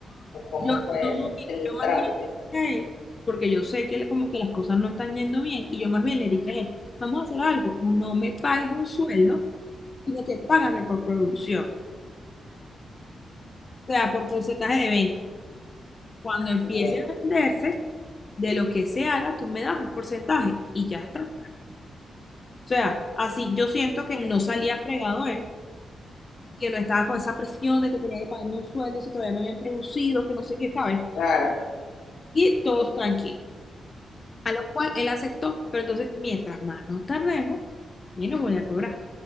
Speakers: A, on the left; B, on the left.
A: ¿O ¿Cómo
B: yo
A: fue
B: no,
A: el,
B: mira,
A: el
B: yo más
A: trato?
B: bien
A: Que,
B: le dije a él, porque yo sé que le- como que las cosas no están yendo bien, y yo más bien le dije a él, vamos a hacer algo, no me pagues un sueldo, sino que págame por producción, o sea, por porcentaje de venta. Cuando empiece
A: ok,
B: a venderse, de lo que se haga, tú me das un porcentaje y ya está. O sea, así yo siento que no salía fregado él, que no estaba con esa presión de que tenía que pagarme un sueldo si todavía no habían producido, que no sé qué, ¿sabes?
A: Claro,
B: Y todos tranquilos. A lo cual él aceptó, pero entonces, mientras más nos tardemos, menos voy a cobrar.